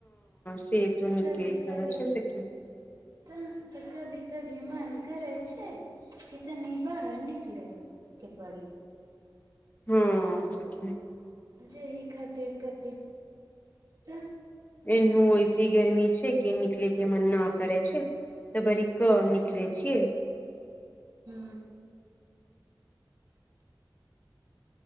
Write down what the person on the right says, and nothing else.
कभी कभी
तऽ तऽ कभी कभी मन करै छै कि तनी बाहर निकलै के पड़ी
जे ह खातिर कभी तऽ
हू